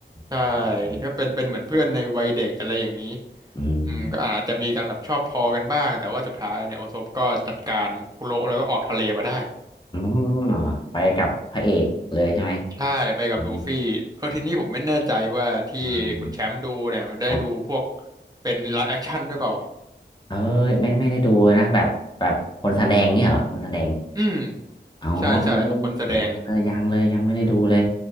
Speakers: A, on the right; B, on the left.
A: ใช่
B: ใช่ใช่
A: ก็เป็นเป็นเหมือนเพื่อนในวัยเด็กอะไรอย่างนี้
B: อืม
A: อืมก็อาจจะมีการแบบชอบพอกันบ้างแต่ว่าสุดท้ายเนี่ยโอซบก็จัดการคุโระแล้วก็ออกทะเลมาได้
B: อ๋อไปกับพระเอกเลยใช่ไหม
A: ใช่ไปกับลูฟี่เออทีนี้ผมไม่แน่ใจว่าที่คุณแชมป์ดูเนี่ยมันได้ดูพวก
B: อ๋ออ๋ออ๋อครับ
A: เป็นไลฟ์แอคชั่นด้วยเปล่า
B: เอ้ยไม่ไม่ได้ดูเลยนะแบบแบบคนแสดงเนี่ยเหรอคนแสดง
A: อืม
B: อ๋อเออ
A: ใช่ใช่ครับคนแสดง
B: เออยังเลยยังเลยยังไม่ได้ดูเลย